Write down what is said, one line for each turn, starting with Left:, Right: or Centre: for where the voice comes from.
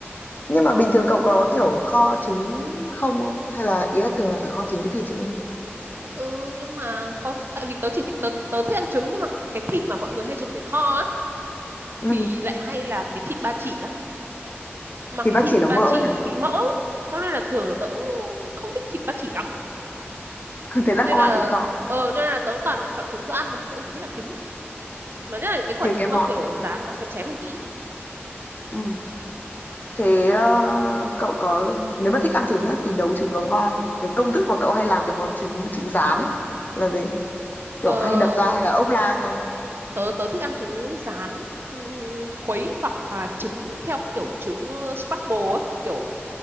Left: nhưng mà bình thường cậu có kiểu kho trứng không không hay là ý là thường là phải kho trứng với thịt chứ đúng không
Right: Ừ nhưng mà có tại vì tớ chỉ thích- tớ tớ thích ăn trứng nhưng mà cái cái thịt mà mọi người hay dùng để kho á
Left: ừ
Right: thì lại hay là cái thịt ba chỉ á mà
Left: thì
Right: cái
Left: bác
Right: thịt
Left: chỉ nó
Right: ba
Left: mỡ
Right: chỉ
Left: nhỉ
Right: bị mỡ cho nên là thường là tớ cũng không thích thịt ba chỉ lắm
Left: <laughs> thế là
Right: nên
Left: không
Right: là
Left: ăn thịt kho
Right: ờ cho nên là tớ cũng toàn chọn trứng tớ ăn thôi tớ chỉ thích ăn trứng thôi mà nhất là những cái quả
Left: thế
Right: trứng
Left: cái món
Right: mà kiểu rán nó xém xém một tí
Left: ừ. Thế ờ, cậu có nếu mà thích ăn trứng nhá thì nấu trứng có ngon không? Cái công thức mà cậu hay làm cái món trứng trứng rán ấy là gì? Kiểu
Right: ờ
Left: hay đập ra hay là ốp la không?
Right: tớ tớ thích ăn trứng rán ừm, khuấy hoặc là trứng theo kiểu trứng scramble á kiểu